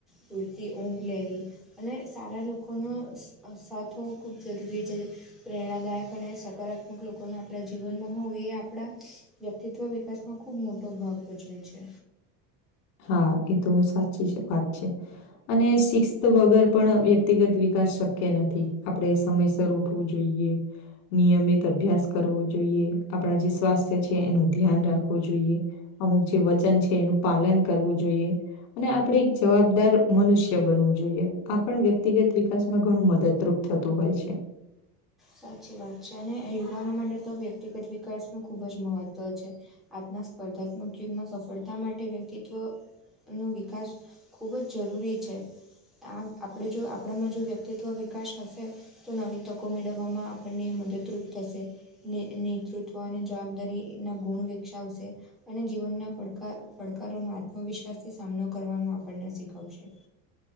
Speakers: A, in the centre; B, on the left.
A: પૂરતી ઊંઘ લેવી અને સારા લોકોનો અ સાથ હોવો ખૂબ જરૂરી છે. પ્રેરણાદાયક અને સકારાત્મક લોકોનું આપણા જીવનમાં હોવું એ આપણા વ્યક્તિત્વ વિકાસમાં ખૂબ મોટો ભાગ ભજવે છે.
B: હા એ તો સાચી જ વાત છે. અને શિસ્ત વગર પણ વ્યક્તિગત વિકાસ શક્ય નથી. આપડે સમયસર ઉઠ ઉઠવુ જોઈએ. નિયમિત અભ્યાસ કરવો જોઈએ. આપણા જે સ્વાસ્થ્ય છે એનું ધ્યાન રાખવું જોઈએ. અમુક જે વચન છે એનું પાલન કરવું જોઈએ. ને આપડે એક જવાબદાર મનુષ્ય બનવું જોઈએ આપણ વ્યક્તિગત વિકાસ માં ઘણું મદદરૂપ થતું હોય છે.
A: સાચી વાત છે અને યુવાનો માટે તો વ્યક્તિગત વિકાસનું ખૂબ જ મહત્ત્વ છે. આજના સ્પર્ધાત્મક યુગમાં સફળતા માટે વ્યક્તિત્વ નો વિકાસ ખૂબ જ જરૂરી છે. આમ આપડે જો આપડામાં જો વ્યક્તિત્વ વિકાસ હશે તો નવી તકો મેળવ મેળવવામાં આપણને મદદરૂપ થશે ને નેતૃત્વ અને જવાબદારી એના ગુણ વિકસાવશે અને જીવનના પડકા પડકારોનો આ આત્મવિશ્વાસથી સામનો કરવાનો આપણને શીખવશે.